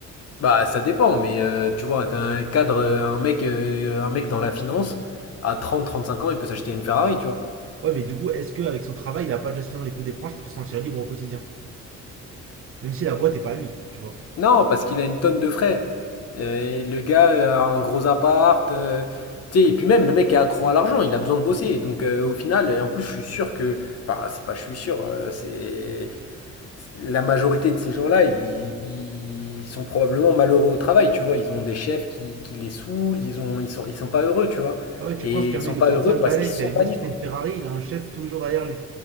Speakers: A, on the left (about 55°); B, on the right (about 45°).
A: Bah, ça dépend, mais euh, tu vois, t'as un cadre, euh, un mec, euh, un mec dans la finance, à trente trente cinq ans, il peut s'acheter une Ferrari, tu vois.
B: Ouais, mais du coup, est-ce qu'avec son travail, il n'a pas déjà suffisamment les coups des franges pour se sentir libre au quotidien Même si la boîte est pas à lui, tu vois.
A: Non, parce qu'il a une tonne de frais. Euh, le gars euh, a un gros appart. euh, tu sais, et puis même, le mec est accro à l'argent, il a besoin de bosser. Donc euh, au final, et en plus, je suis sûr que. Enfin, c'est pas je suis sûr, euh, c'est. La majorité de ces gens-là, ils, ils sont probablement malheureux au travail, tu vois. Ils ont des chefs qui, qui les saoulent, ils ont, ils sont, ils sont pas heureux, tu vois.
B: Ah ouais, tu
A: Et
B: penses qu'un
A: ils
B: mec
A: sont
B: de
A: pas
B: 35
A: heureux parce
B: balais
A: qu'ils
B: qui
A: sont
B: a les moyens
A: pas libres.
B: de s'acheter une Ferrari, il a un chef tous les jours derrière lui.